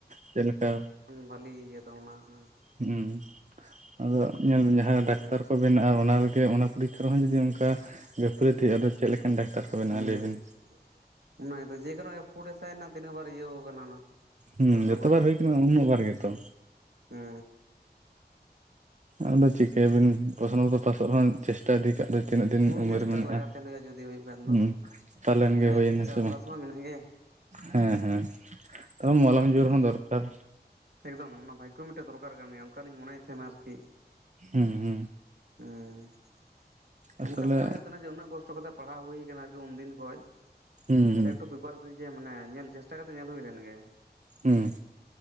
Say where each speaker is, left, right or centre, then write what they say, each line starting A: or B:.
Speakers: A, on the right (about 45°); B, on the right (about 70°).
A: ᱪᱮᱫ ᱞᱮᱠᱟ
B: ᱵᱷᱟᱹᱞᱤ ᱤᱭᱟᱹ ᱫᱚ ᱚᱱᱟ ᱦᱟᱸᱜ᱾
A: ᱦᱩᱸ, ᱟᱫᱚ ᱧᱮᱞᱵᱤᱱ ᱡᱟᱦᱟᱸᱨᱮ
B: ᱦᱮᱸ
A: ᱫᱟᱠᱛᱟᱨ ᱠᱚ᱾ ᱵᱮᱱᱟᱜ-ᱟ ᱚᱱᱟ ᱨᱮᱜᱮ ᱚᱱᱟ ᱯᱚᱨᱤᱠᱠᱷᱟ ᱨᱮᱦᱚᱸ ᱡᱩᱫᱤ ᱚᱱᱠᱟ ᱜᱟᱯᱷᱟᱹᱞᱳᱛᱤ ᱟᱫᱚ ᱪᱮᱫ ᱞᱮᱠᱟᱱ ᱫᱟᱠᱛᱟᱨ ᱠᱚ ᱵᱮᱱᱟᱜ-ᱟ
B: ᱦᱩᱸ
A: ᱞᱟᱹᱭᱵᱤᱱ᱾
B: ᱚᱱᱟ ᱜᱮ ᱛᱚ ᱡᱮᱠᱚᱱᱳ ᱮᱯᱷᱩᱰ ᱮᱥ ᱟᱭ ᱛᱤᱱᱟᱹᱜ ᱵᱟᱨ ᱤᱭᱟᱹ ᱟᱠᱟᱱᱟ ᱚᱱᱟ᱾
A: ᱦᱩᱸ
B: ᱯᱨᱚᱥᱱᱚ
A: ᱡᱚᱛᱚ ᱵᱟᱨ ᱦᱩᱭ ᱟᱠᱟᱱᱟ ᱩᱱᱟᱹᱜ ᱵᱟᱨ ᱜᱮᱛᱚ᱾
B: ᱦᱩ, ᱸ
A: ᱟᱫᱚ ᱪᱤᱠᱟᱹᱭᱟᱵᱤᱱ ᱯᱨᱚᱥᱱᱚ ᱠᱚ ᱫᱚ ᱯᱟᱥᱚᱜ ᱨᱮᱦᱚ ᱪᱮᱥᱴᱟ ᱤᱫᱤ ᱠᱟᱜ ᱟᱫᱚ ᱛᱤᱱᱟᱹᱜ ᱫᱤᱱ
B: ᱦᱩᱸ
A: ᱩᱢᱮᱨ
B: ᱪᱮᱥᱴᱟ
A: ᱢᱮᱱᱟᱜ-ᱟ
B: ᱞᱟᱜᱟᱣ ᱛᱟᱦᱮᱱ ᱦᱩᱭᱩᱜᱼᱟ ᱡᱩᱫᱤ ᱦᱩᱭᱩᱜ ᱠᱷᱟᱱ ᱫᱚ
A: ᱦᱩᱸ ᱯᱟᱞᱮᱱ
B: ᱟᱨ ᱵᱟᱠᱷᱟᱡ
A: ᱜᱮ ᱦᱩᱭᱮᱱᱟ
B: ᱪᱟᱥᱵᱟᱥ
A: ᱥᱮ ᱵᱟᱝ᱾
B: ᱢᱟ ᱢᱮᱱᱟᱜ ᱜᱮ
A: ᱦᱮᱸ ᱦᱮᱸ ᱛᱚ ᱢᱚᱞᱚᱝ
B: ᱦᱩᱸ
A: ᱡᱳᱨ ᱦᱚᱸ ᱫᱚᱨᱠᱟᱨ᱾
B: ᱮᱠᱫᱚᱢ ᱚᱱᱟ ᱵᱷᱟᱜᱜᱚ ᱢᱤᱫᱴᱮᱡ ᱫᱚᱨᱠᱟᱨ ᱠᱟᱱ ᱜᱮᱭᱟ ᱚᱱᱠᱟᱞᱤᱧ ᱢᱚᱱᱮᱭᱮᱫ ᱛᱟᱦᱮᱸᱱᱟ ᱟᱨᱠᱤ᱾
A: ᱦᱩᱸ ᱦᱩᱸ,
B: ᱦᱩᱸ
A: ᱟᱥᱚᱞᱮ
B: ᱚᱱᱠᱟᱟᱱ ᱢᱚᱱᱮ ᱦᱩᱭᱩᱜ ᱠᱟᱱᱟ ᱡᱮ ᱩᱱᱟᱹᱜ ᱠᱚᱥᱴᱚ ᱠᱟᱛᱮᱜ ᱯᱟᱲᱦᱟᱣ ᱦᱩᱭ ᱟᱠᱟᱱᱟ ᱩᱱᱢᱫᱤᱱ ᱠᱷᱚᱡ
A: ᱦᱩᱸ
B: ᱛᱟᱦᱚᱸᱞᱮ
A: ᱦᱩᱸ
B: ᱮᱠᱴᱩ ᱯᱮᱯᱟᱨ ᱡᱮ ᱢᱟᱱᱮ ᱧᱮᱞ ᱪᱮᱥᱴᱟ ᱠᱟᱛᱮ ᱧᱮᱞ ᱦᱩᱭ ᱞᱮᱱ ᱜᱮ᱾
A: ᱦᱩᱸ,